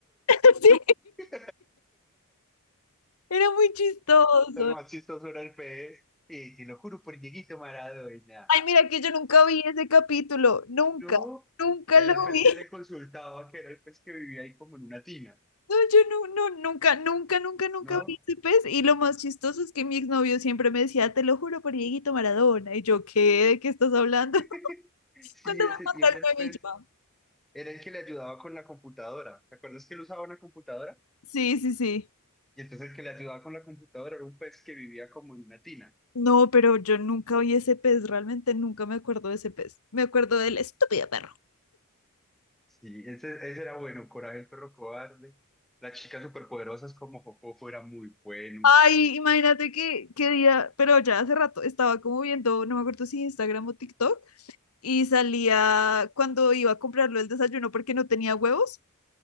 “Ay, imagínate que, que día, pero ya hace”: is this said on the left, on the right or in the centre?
Left